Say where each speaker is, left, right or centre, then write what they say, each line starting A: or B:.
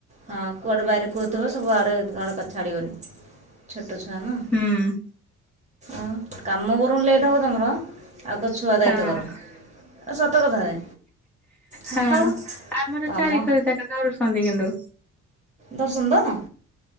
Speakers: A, on the right; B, in the centre.
A: ହଁ କୁଆଡେ ବାଇ ରେ କୁଅ ଥିବ ସବୁ ଆଡେ ଜଳ କା ଛାଡିବନି। ଛୋଟ ଛୁଆ ନା
B: ହୁଁ
A: ଆଉ କାମ ବରଂ ଲେଟ୍ ହଉ ତମର। ଆଗ ଛୁଆ
B: ହଁ
A: ଦାୟିତ୍ଵ କର ଆଉ ସତ କଥା ଯେ। ହାଆଉ
B: ହଁ ଆମର
A: କାମ।
B: ଚାରି ଘର ଯାକ ଧରୁଛନ୍ତି କିନ୍ତୁ।
A: ଧରୁଛନ୍ତି ତ।